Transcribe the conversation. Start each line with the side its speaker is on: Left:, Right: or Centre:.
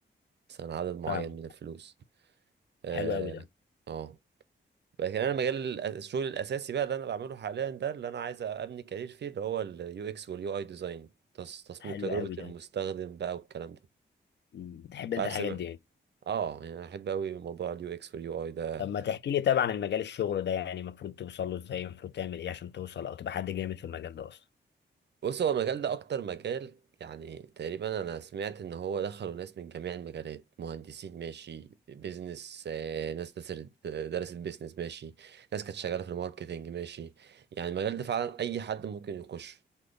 Right: مثلا عدد معين
Left: فاهمك
Right: من الفلوس اه
Left: حلو قوي ده
Right: آه. لكن انا مجال الأ- الشغل الاساسي بقى اللي انا بعمله حاليا ده اللي انا عايز ابني كارير فيه اللي هو اليو اكس واليو اي ديزاين تصميم
Left: حلو
Right: تجربة
Left: قوي
Right: المستخدم
Left: ده
Right: بقى والكلام ده
Left: مم. بتحب انت
Right: عارف
Left: الحاجات
Right: سمع
Left: دي يعني
Right: اه يعني انا احب قوي موضوع اليو اكس واليو اي ده
Left: طب ما تحكي لي طبعا المجال الشغل ده يعني المفروض توصل له ازاي المفروض تعمل ايه عشان توصل او تبقى حد جامد في المجال ده اصلا
Right: بص هو المجال ده اكتر مجال يعني تقريبا انا سمعت ان هو دخلوا ناس من جميع المجالات مهندسين ماشي بيزنس آه، ناس درست درست بيزنس ماشي ناس كانت شغاله في الماركتينج ماشي يعني المجال ده فعلا اي حد ممكن يخش